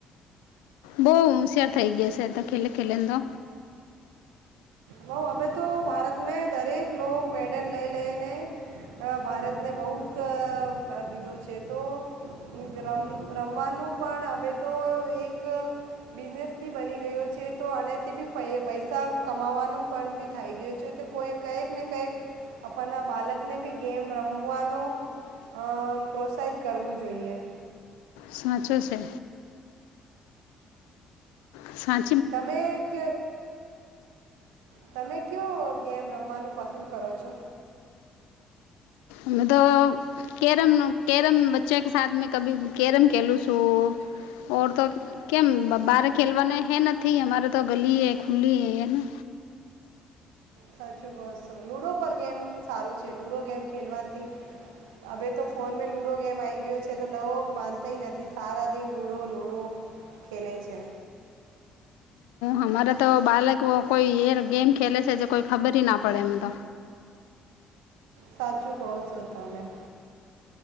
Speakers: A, on the left; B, on the right.
A: બઉ હોશિયાર થઇ ગયા છે ખેલે ખેલે તો
B: હઉ અવે તો ભારત મે દરેક લોકો મેડલ લઈ લઈને અ ભારતને બહુત કર દીધો છે તો રમ રમવાનું પણ હવે તો એક બિઝનેસ બી બની ગયો છે તો અને તે બી પૈસા કમાવાનું પણ બી થઈ ગયું છે તે કોઈ કઈક ને કંઈક આપણના બાળકને બી ગેમ રમવાનો અ પ્રોત્સાહિત કરવું જોઈએ.
A: સાચુ છે. સા
B: તમે એક તમે કયો ગેમ રમવાનું પસંદ કરો છો.
A: અને તો કેરમ કેરમ બચ્ચા કે સા મે કભી કેરમ કેલું છું. ઓર તો કેમ બાર ખેલવાના હૈ નથી અમારે તો ગલી હૈ ખુલ્લી હૈ હે.
B: સાચું કહો છો લૂડો પર ગેમ સારું છે લૂડો ગેમ ખેલવાથી હવે તો ફોન મે લુડો ગેમ આ આય ગયો છે તો લોકો માનતાય નથી સારા દિન લુડો લુડો ખેલે છે.
A: હમારા તો બાલક કોઈ એલ ગેમ ખેલે છે જે કોઈ ખબર ના પડે એમતો
B: સાચું કહસો તમેં